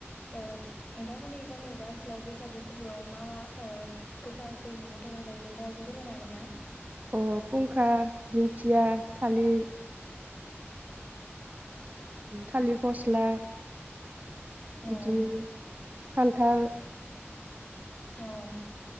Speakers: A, on the left (about 25°); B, on the right (about 35°).
A: ओ नोंथांमोननि गामि एबा ओनसोलाव बैसागो फोरबोआव मा मा ओ गोखा गोखै मैगं थाइगं जायो नोंथाङा एसे फोरमायनो हागोन ना?
B: अ फुंखा दिंखिया थालिर थालिर फस्ला
A: औ
B: इदिनो खान्थाल
A: औ